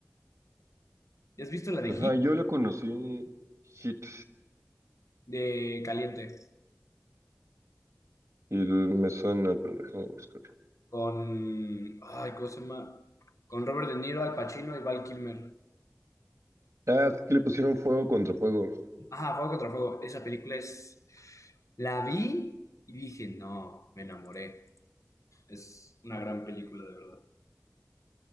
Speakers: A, on the left; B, on the right.
A: ¿Ya has visto la de
B: Ajá,
A: Heat
B: yo la conocí Hit
A: De Caliente.
B: y me suena, pero déjame buscar.
A: con, ay, ¿cómo se llama? Con Robert De Niro, Al Pacino y Val Kilmer.
B: Ah, es que le pusieron fuego contra fuego.
A: Ah, Fuego contra Fuego. Esa película es, la vi y dije, no, me enamoré. Es una gran película, de verdad.